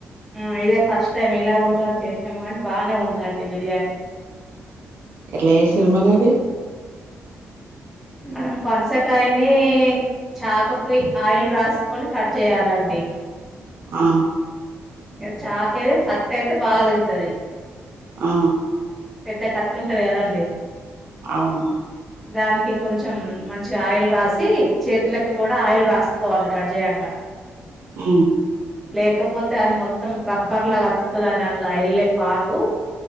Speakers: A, in the centre; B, on the right (about 60°).
A: ఆ ఇదే ఫస్ట్ టైం ఇలా ఉంటదని చేసాము గాని బానే ఉందండి బిర్యాని
B: ఎట్ల ఏశిరు మరి అది
A: మనం పన్సకాయనీ చాకుకి ఆయిల్ రాసుకొని కట్ చేయాలండి
B: ఆ
A: ఏ చాకే అది కత్తి అయితే బాగా దెగుతది
B: ఆ
A: పెద్ద కత్తుంటది గదా అండి
B: అవును
A: దానికి కొంచెం మంచిగా ఆయిల్ రాసి, చేతులకు కూడా ఆయిల్ రాసుకోవాలి కడ్జేయంగ.
B: ఉ
A: లేకపోతే అది మొత్తం రబ్బర్ లాగ అతుకుతదండి అన్ల ఎళ్ళే పాలు